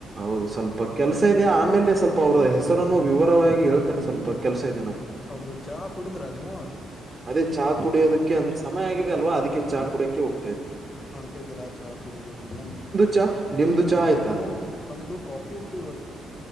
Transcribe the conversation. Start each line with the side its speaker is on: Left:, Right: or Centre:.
Right: ಹೌದು ಸ್ವಲ್ಪ ಕೆಲಸ ಇದೆ ಆಮೇಲೆ ಸ್ವಲ್ಪ ಅವರ ಹೆಸರನ್ನು ವಿವರವಾಗಿ ಹೇಳ್ ತ್ತಾನೆ ಸ್ವಲ್ಪ ಕೆಲಸ ಇದೇನು.
Left: ಹೌದು ಚಹಾ ಕುಡಿದ್ರಾ ನೀವು
Right: ಅದೇ ಚಾ ಕುಡಿಯೋದಕ್ಕೆ ಅಂದ್ರೆ ಸಮಯ ಆಗಿದೆ ಅಲ್ವಾ ಅದಕ್ಕೆ ಚಾ ಕುಡಿಯೋಕೆ ಹೋಗ್ತಾ ಇದೆ.
Left: ಒಂಟಿದ್ರಾ ಕುಡಿಯಲು ನೀವು
Right: ಚಾ ನಿಮ್ದು ಚಾ ಆಯ್ತಾ
Left: ನಾವು ನಮದು ಕಾಫಿ ಇತ್ತು ಇವತ್ತು.